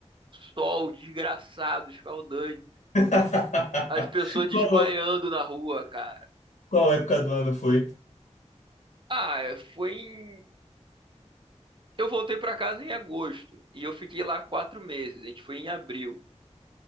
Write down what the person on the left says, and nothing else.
<laughs>
Qual,
qual época do ano foi?